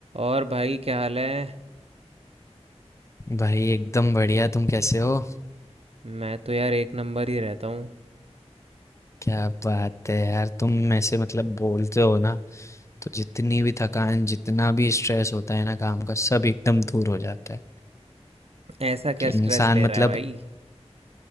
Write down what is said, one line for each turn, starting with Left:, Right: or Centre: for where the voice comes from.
Right: और भाई क्या हाल है
Left: भाई एकदम बढ़िया तुम कैसे हो
Right: मैं तो यार एक नंबर ही रहता हूँ
Left: क्या बात है यार तुम में से मतलब बोलते हो ना तो जितनी भी थकान जितना भी स्ट्रेस होता है ना काम का सब एकदम दूर हो जाता है
Right: ऐसा क्या
Left: कि
Right: स्ट्रेस
Left: इंसान
Right: ले
Left: मतलब
Right: रहा है भाई